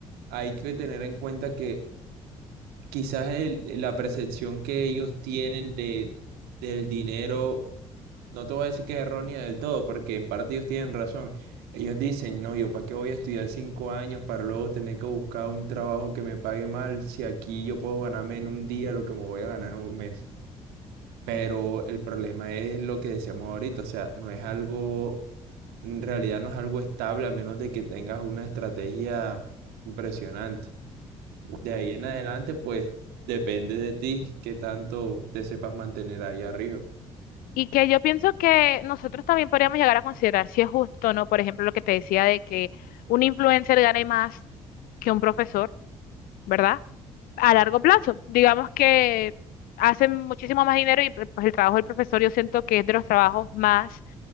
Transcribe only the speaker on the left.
Y que yo pienso que nosotros también podríamos llegar a considerar si es justo o no, por ejemplo, lo que te decía de que un influencer gane más que un profesor, ¿verdad? A largo plazo. Digamos que hacen muchísimo más dinero y pues el trabajo del profesor yo siento que es de los trabajos más,